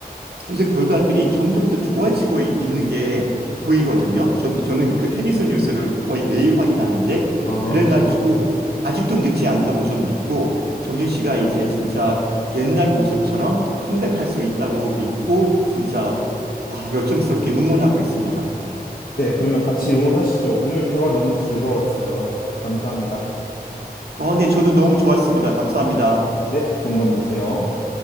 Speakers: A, on the right (about 80°); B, on the left (about 65°).
A: 이래 결과들이 점점 더 좋아지고 이- 있는 게 보이거든요. 전, 저는 그 테니스 뉴스를 거의 매일 확인하는데,
B: 아,
A: 그래가지고 아직도 늦지 않다고 전 믿고, 정윤 씨가 이제 진짜 옛날 모습처럼 컴백할 수 있다고 믿고, 진짜 아, 열정스럽게 응원하고 있습니다.
B: 네, 그러면 같이 응원하시죠. 오늘 대화 너무 즐거웠어요. 감사합니다.
A: 어, 네, 저도 너무 좋았습니다. 감사합니다.
B: 네, 좋은 밤 되세요.